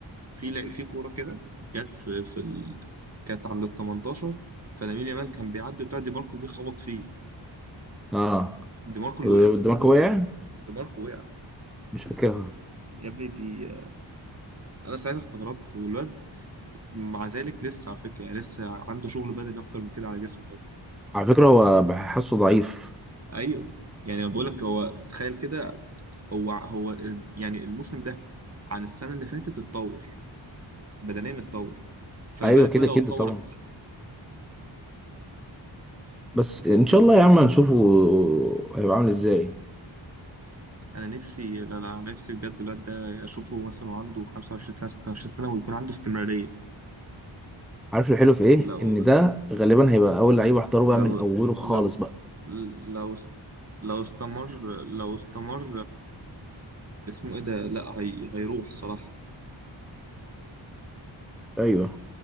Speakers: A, on the right (about 30°); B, in the centre.
A: في لع- في كوره كده جت في في ال... كانت عند ال 18 فلامين يامال كان بيعدي بتاع دي ماركو جه خبط فيه
B: اه
A: دي ماركو اللي وقع
B: دي ماركو وقع
A: دي ماركو وقع
B: مش فاكرها
A: يا ابني دي انا ساعتها استغربت والواد مع ذلك لسه على فكره يعني لسه عنده شغل بدني اكتر من كده على جسمه كمان.
B: على فكرة هو بحسه ضعيف
A: ايوه يعني انا بقول لك هو تخيل كده هو هو يعني الموسم ده عن السنه اللي فاتت اتطور بدنيا اتطور فما
B: ايوه
A: بالك
B: كده
A: بقى لو
B: كده
A: اتطور
B: طبعا
A: اكتر
B: بس
A: يعني
B: ان شاء الله يا عم هنشوفه هيبقى عامل ازاي
A: انا نفسي لا لا نفسي بجد الواد ده اشوفه مثلا وعنده 25 سنه 26 سنه ويكون عنده استمراريه
B: عارف الحلو في ايه
A: لو
B: ان ده غالبا هيبقى اول لعيب احضره
A: لو
B: بقى من اوله خالص
A: لو
B: بقى
A: لو لو استمر لو استمر اسمه ايه ده لا هي... هيروح صراحه
B: ايوه